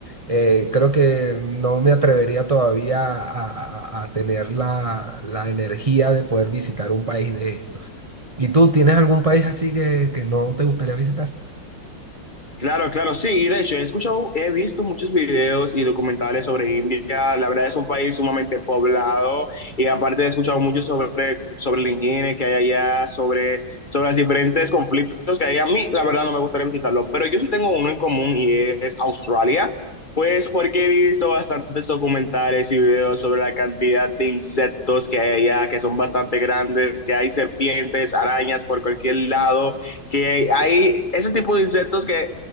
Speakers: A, on the right; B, on the left.
A: Eh, creo que no me atrevería todavía a, a- a tener la, la energía de poder visitar un país de estos. ¿Y tú tienes algún país así que, que no te gustaría visitar?
B: Claro, claro, sí, y de hecho he escuchado, he visto muchos videos y documentales sobre India, la verdad es un país sumamente poblado y aparte he escuchado mucho sobre, sobre la higiene que hay allá, sobre, sobre los diferentes conflictos que hay a mí, la verdad no me gustaría visitarlo, pero yo sí tengo uno en común y es Australia, pues porque he visto bastantes documentales y videos sobre la cantidad de insectos que hay allá, que son bastante grandes, que hay serpientes, arañas por cualquier lado que hay ese tipo de insectos que